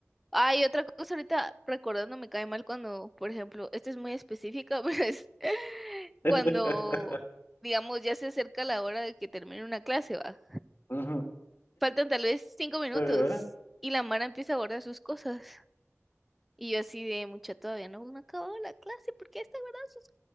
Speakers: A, in the centre; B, on the left.
A: Ay, otra cosa ahorita recordando me cae mal cuando, por ejemplo, esta es muy específica, <laughs> pero es
B: <laughs>
A: cuando, digamos, ya se acerca la hora de que termine una clase, va.
B: Ujú.
A: Faltan tal vez cinco minutos
B: Ajá.
A: y la Mara empieza a guardar sus cosas. Y yo así de mucha todavía no me acabó la clase, ¿por qué está guardando sus